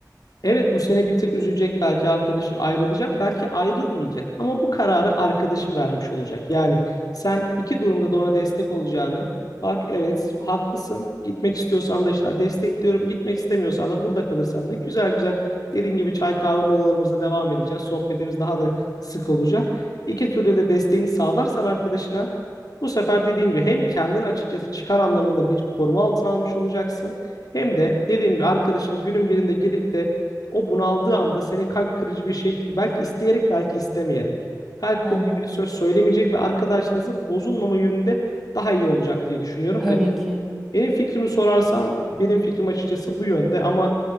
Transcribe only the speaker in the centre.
Hı
hı.
Tabii
ki.